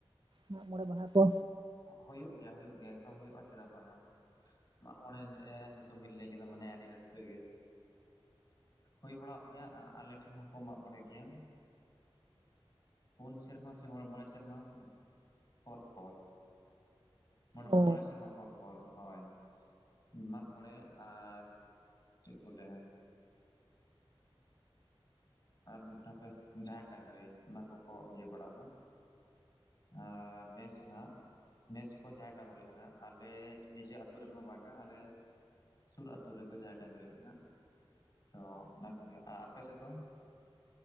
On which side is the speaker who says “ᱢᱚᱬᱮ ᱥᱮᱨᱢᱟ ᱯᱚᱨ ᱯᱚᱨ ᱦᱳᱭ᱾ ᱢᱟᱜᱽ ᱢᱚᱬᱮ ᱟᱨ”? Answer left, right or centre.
Left